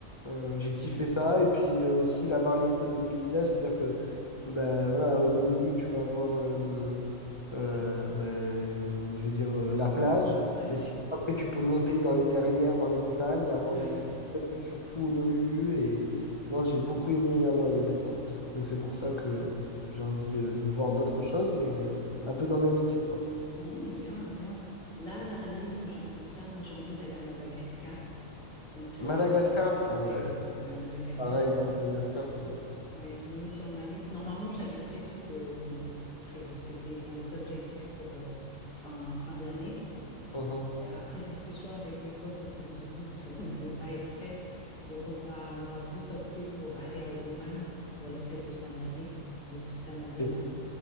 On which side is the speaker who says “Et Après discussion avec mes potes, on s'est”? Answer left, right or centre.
Left